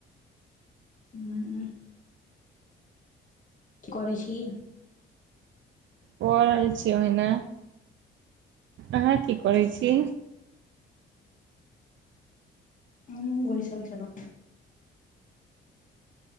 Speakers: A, on the left; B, on the right.
A: <inaudible> की करय छी?
B: पड़ल छी ओहिना अहाँ की करै छी।
A: हमहूँ बैसल छलहुँ